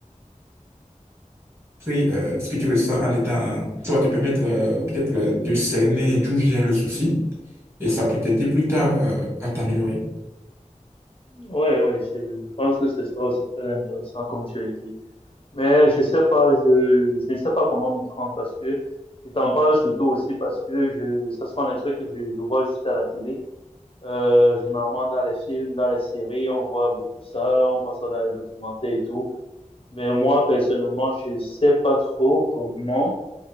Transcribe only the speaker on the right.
<laughs> Puis, euh, ce que tu ressens à l'état, ça va te permettre euh, peut-être euh, de cerner d'où vient le souci et ça peut t'aider plus tard euh, à t'améliorer.